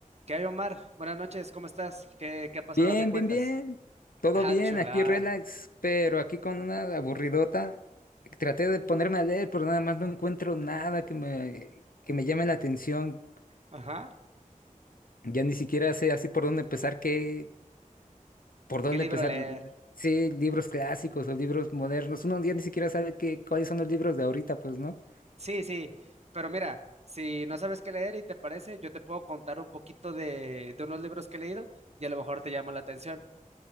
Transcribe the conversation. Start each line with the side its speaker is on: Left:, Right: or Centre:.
Right: ¿Qué hay, Omar? Buenas noches, ¿cómo estás? ¿Qué, qué ha pasado?
Left: Bien,
Right: ¿Qué cuentas?
Left: bien, bien. Todo
Right: Ah,
Left: bien,
Right: chulada.
Left: aquí relax, pero aquí con una aburridota. Traté de ponerme a leer, pero nada más no encuentro nada que me, que me llame la atención.
Right: Ajá.
Left: Ya ni siquiera sé así por dónde empezar, qué, por dónde
Right: ¿Qué libro
Left: empezar.
Right: leer?
Left: Sí, libros clásicos o libros modernos. Uno ya ni siquiera sabe qué, cuáles son los libros de ahorita, pues, ¿no?
Right: Sí, sí, pero mira, si no sabes qué leer y te parece, yo te puedo contar un poquito de, de unos libros que he leído y a lo mejor te llama la atención.